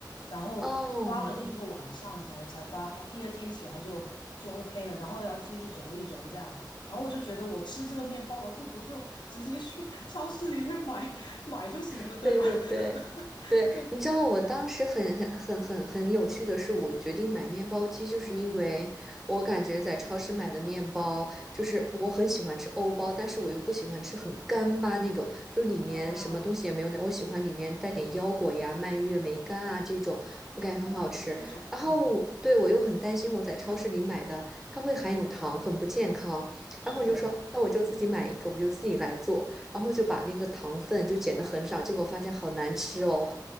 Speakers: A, on the left; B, in the centre.
A: 然后发了一个晚上才才发好，
B: 哦，
A: 第二天起来就就 OK 了，然后要继续揉一揉这样，然后我就觉得我吃这个面包，我还不如就直接去 <laughs> 超市里面买买就行了，
B: <laughs>
A: 对吧？
B: 对对对对，
A: <laughs> 就
B: 你知道我当时很很很很很有趣的是，我决定买面包机，就是因为我感觉在超市买的面包，
A: 嗯
B: 就是我很喜欢吃欧包，但是我又不喜欢吃很干巴那种，就是里面什么东西也没有那，
A: 啊
B: 我喜欢里面带点腰果呀、蔓越莓干啊这种，我感觉很好吃。
A: 哦，这种嗯
B: 然后我对我又很担心我在超市里买的它会含有糖，很不健康，
A: 是的。
B: 然后我就说，那我就自己买一个，我就自己来做。然后就把那个糖分就减得很少，结果发现好难吃哦。